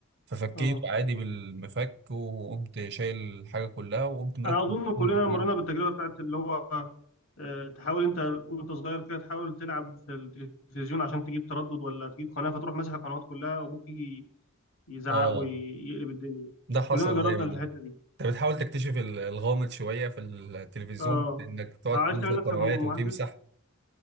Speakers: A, on the right; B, on the left.
A: ففكيت
B: اه
A: عادي بالمفك وقمت شايل الحاجة كلها وقمت مركب
B: انا اظن
A: الخرطوم
B: كلنا
A: جديد
B: مرينا بالتجربه بتاعت اللي هو آه، تحاول انت وانت صغير كده تحاول تلعب في التلفزيون عشان تجيب تردد ولا تجيب قناه فتروح ماسح القنوات كلها وابوك يجي يزعق
A: اه
B: ويقلب الدنيا
A: ده حصل
B: كلنا جربنا
A: دايما
B: الحته
A: ده
B: دي
A: انت بتحاول تكتشف ال- الغامض شوية في التلفزيون
B: اه
A: انك تقعد
B: آه، عايز
A: تنزل
B: تعمل نفسك
A: قنوات
B: مهندس
A: وتمسح